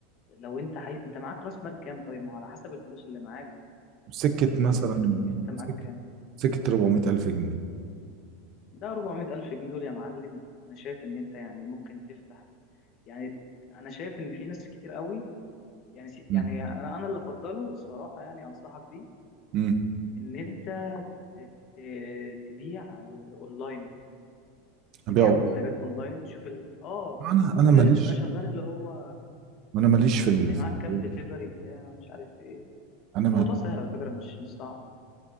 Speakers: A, on the left; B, on the right.
A: لو انت حي... انت معاك راس مال كام طيب ما هو على حسب الفلوس اللي معاك
B: سكة مثلا
A: هتفرق يعني انت معاك
B: سكة
A: كام
B: سكة 400 الف جنيه
A: ده 400 ألف جنيه دول يا معلم أنا شايف إن أنت يعني ممكن تفتح يعني أنا شايف إن في ناس كتير قوي يعني سي- يعني
B: امم
A: أنا أنا اللي أفضله الصراحة يعني أنصحك بيه
B: امم
A: إن أنت ت- ت- تبيع آه، أونلاين
B: ابيع
A: تبيع
B: أوضة.
A: منتجات أونلاين تشوف ال... آه
B: انا انا
A: آه،
B: ماليش
A: تبقى شغال اللي هو
B: انا ماليش في ال-
A: يعني
B: في
A: معاك
B: الحاجات
A: كام دليفري
B: دي
A: بتاع مش عارف إيه
B: انا
A: الموضوع
B: ما
A: سهل على فكرة مش مش صعب